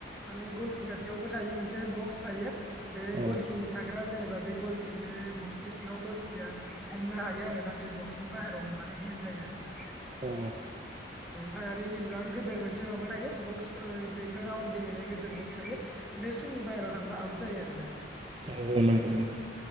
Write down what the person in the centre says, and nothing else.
माने गलकि खाथियावबो थायो मोनसे बक्स थायो बे
गलकिनि था हग्रा जेनेबा बे गल बे बक्सनि सिङाव गलकिया हमनो हायो आरोना बे बक्सनि बाहेरायाव हमबा ओमफाय हेन जायो आरोना।
फायारि इं जा गोदोर मोनसे माबा थायो बक्स ओ बे खो राउन्ड गेलेनाय गोदोर बक्स थायो बे सिननि बाहेरायाव थांबा आउट जायो आरोना।